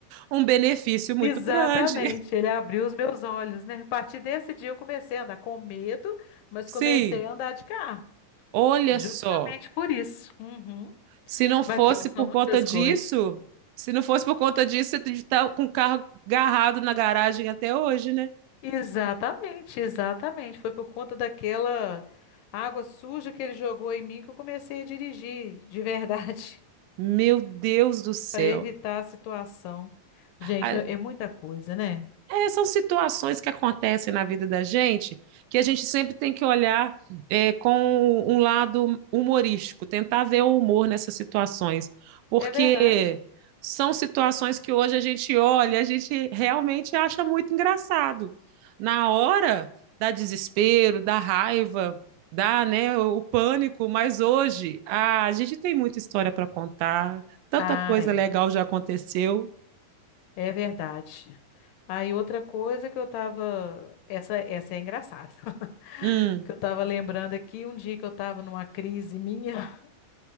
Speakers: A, on the right; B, on the left.
A: um benefício muito
B: Exatamente,
A: grande.
B: ele abriu os meus olhos, né? A partir desse dia eu comecei a andar com medo, mas
A: Sim,
B: comecei a andar de carro.
A: olha
B: Justamente
A: só.
B: por isso. Uhum.
A: Se não fosse
B: Mas aqui, mas
A: por
B: são muitas
A: conta disso,
B: coisas.
A: se não fosse por conta disso, você está com o carro garrado na garagem até hoje, né?
B: Exatamente, exatamente. Foi por conta daquela água suja que ele jogou em mim que eu comecei a dirigir, de verdade,
A: Meu Deus do céu.
B: <laughs> para evitar a situação. Gente,
A: A-
B: é muita coisa, né?
A: É, são situações que acontecem na vida da gente que a gente sempre tem que olhar é, com um lado humorístico, tentar ver o humor nessas situações, porque
B: É verdade.
A: são situações que hoje a gente olha, a gente realmente acha muito engraçado. Na hora da desespero, da raiva, dá, né, o pânico, mas hoje ah, a gente tem muita história para contar, tanta
B: Ah,
A: coisa
B: é.
A: legal já aconteceu.
B: É verdade. Aí outra coisa que eu tava. Essa, essa é engraçada. <laughs>
A: Hum,
B: Que eu tava lembrando aqui um dia que eu tava numa crise minha. <laughs>